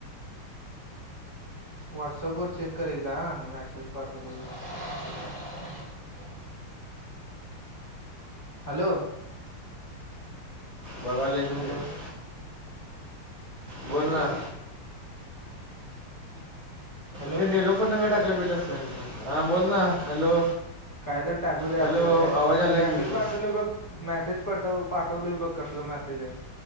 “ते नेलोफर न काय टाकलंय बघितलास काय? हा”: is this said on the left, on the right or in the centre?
Right